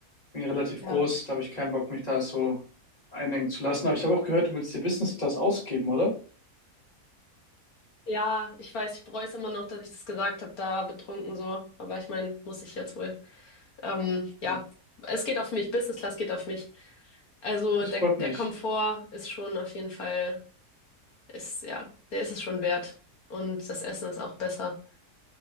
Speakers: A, on the left (about 25°); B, on the left (about 65°).
A: bin relativ
B: ja.
A: groß, da habe ich keinen Bock, mich da so einengen zu lassen. Aber ich habe auch gehört, du willst dir Business Class ausgeben, oder?
B: Ja, ich weiß, ich bereue es immer noch, dass ich das gesagt habe, da betrunken so. Aber ich meine, muss ich jetzt wohl. Ähm, ja,
A: Ja,
B: es geht auf mich. Business Class geht auf mich. Also
A: das
B: der,
A: freut mich.
B: der Komfort ist schon auf jeden Fall, ist, ja, der ist es schon wert. Und das Essen ist auch besser.